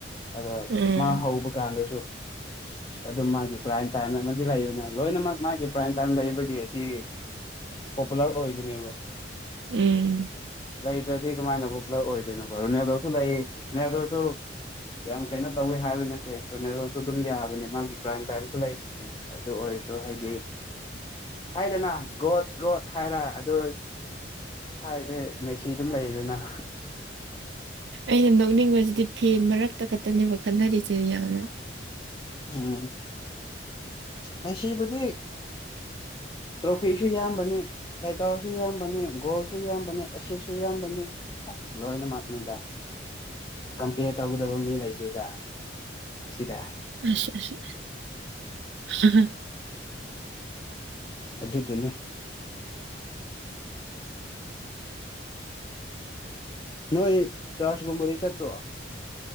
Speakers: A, on the left; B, on the right.
A: ꯑꯗ
B: ꯎꯝ
A: ꯃꯥ ꯍꯧꯕ ꯀꯥꯟꯗꯁꯨ ꯑꯗꯨꯝ ꯃꯥꯒꯤ ꯄ꯭ꯔꯥꯏꯝ ꯇꯥꯏꯝ ꯑꯃꯗꯤ ꯂꯩꯕꯅꯤ ꯂꯣꯏꯅꯃꯛ ꯃꯥꯒꯤ ꯄ꯭ꯔꯥꯏꯝ ꯇꯥꯏꯝ ꯂꯩꯕꯒꯤ ꯑꯁꯤ ꯄꯣꯄꯨꯂꯔ ꯑꯣꯏꯕꯅꯦꯕ
B: ꯎꯝ
A: ꯂꯩꯇ꯭ꯔꯗꯤ ꯀꯃꯥꯏꯅꯕꯨꯛ ꯄꯨꯂꯞ ꯑꯣꯏꯗꯣꯏꯅꯣ ꯔꯣꯅꯗꯣꯜꯁꯨ ꯂꯩ ꯔꯣꯅꯗꯣꯜꯁꯨ ꯌꯥꯝ ꯀꯩꯅꯣ ꯇꯧꯋꯤ ꯍꯥꯏꯕ ꯅꯠꯇꯦ ꯑꯗꯨꯝ ꯌꯥ ꯑꯗꯨ ꯃꯥꯒꯤ ꯀ꯭ꯔꯥꯏꯝ ꯇꯥꯏꯝꯁꯨ ꯂꯩꯕꯅꯦ ꯑꯗꯨ ꯑꯣꯏꯔꯁꯨ ꯍꯥꯏꯗꯤ ꯍꯥꯏꯗꯦꯅ ꯒꯣꯠ ꯒꯣꯠ ꯍꯥꯏꯔ ꯑꯗꯨ ꯍꯥꯏꯕꯗꯤ ꯃꯦꯁꯤ ꯑꯗꯨꯝ ꯂꯩꯗꯅ
B: ꯑꯩꯅ ꯅꯣꯛꯅꯤꯡꯕꯁꯤꯗꯤ ꯐꯦꯟ ꯃꯔꯛꯇ ꯈꯛꯇꯅꯦꯕ ꯈꯠꯟꯅꯔꯤꯁꯦ ꯌꯥꯝꯅ
A: ꯎꯝ ꯃꯦꯁꯤꯕꯨꯗꯤ ꯇ꯭ꯔꯣꯐꯤꯁꯨ ꯌꯥꯝꯕꯅꯦ ꯇꯥꯏꯇꯥꯎꯁꯨ ꯌꯥꯝꯕꯅꯤ ꯒꯣꯜꯁꯨ ꯌꯥꯝꯕꯅꯤ ꯑꯦꯁꯁꯨ ꯌꯥꯝꯕꯅꯤ ꯑꯁ ꯂꯣꯏꯅꯃꯛꯅꯤꯗ ꯀꯝꯄꯦꯌꯔ ꯇꯧꯒꯗꯕ ꯃꯤ ꯂꯩꯇꯦꯗ ꯁꯤꯗ
B: <unintelligible>
A: ꯑꯗꯨꯗꯨꯅꯤ ꯅꯣꯏ ꯆꯥꯔꯖꯀꯨꯝꯕꯗꯤ ꯆꯠꯇ꯭ꯔꯣ